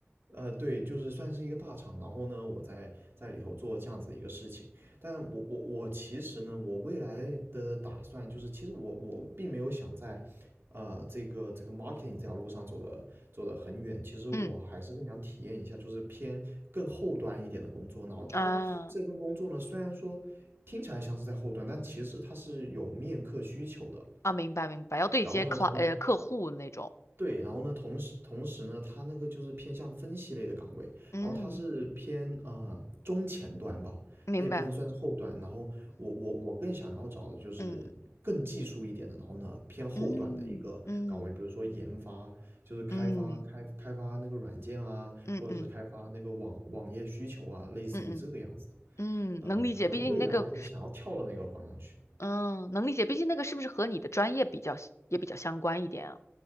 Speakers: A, on the right; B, on the left.
A: 呃，对，就是算是一个大厂，然后呢，我在在里头做这样子一个事情，但我我我其实呢，我未来的打算就是，其实我我并没有想在，呃，这个这个 marketing 这条路上走的走的很远，其实我还是更想体验一下，
B: 嗯
A: 就是偏更后端一点的工作，然后他这份工作呢，
B: 啊
A: 虽然说听起来像是在后端，但其实它是有面客需求的。
B: 啊，明白明白，要对接客呃客户那种。
A: 然后呢，同对，然后呢，同时同时呢，它那个就是偏向分析类的岗位，
B: 嗯，
A: 然后它是偏啊、呃中前端吧，
B: 明白。
A: 它也不能算是后端。然后我我我更想要找的就是更技术一点的，
B: 嗯
A: 然后呢偏后端的一个岗位，
B: 嗯嗯
A: 比如说研发，就是开发开开发那个软件啊，
B: 嗯嗯嗯嗯
A: 或者是开发那个网网页需求啊，类似于这个样子的。
B: 嗯嗯，
A: 呃，
B: 能理解。
A: 可能未来想要跳到那个方向去。
B: 毕竟那个，嗯，能理解。毕竟那个是不是和你的专业比较也比较相关一点啊？